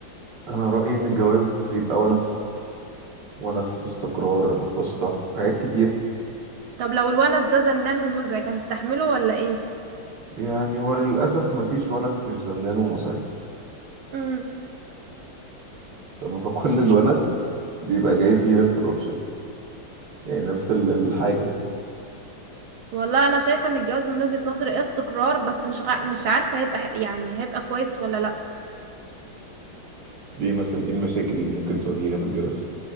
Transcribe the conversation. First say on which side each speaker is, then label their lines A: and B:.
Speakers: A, on the right; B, on the right.
A: انا رأيي ان الجواز يبقى ونس ونس استقرار أسرة حاجات كتير
B: طب لو الونس ده زنان ومزعج هتستحمله ولا ايه؟
A: يعني هو للأسف مفيش ونس مش زنان ومزعج
B: امم
A: لما فكل <laughs> الونس
B: إيه-
A: بيبقى جاي فيه نفس الأوبشن يعني نفس ال- الحاجة
B: والله أنا شايفة إن الجواز من وجهة نظري ايه استقرار بس مش غ... مش عارفة هيبقى ح- يعني هيبقى كويس ولا لأ
A: ليه مثلا ايه المشاكل اللي ممكن تواجهها في الجواز؟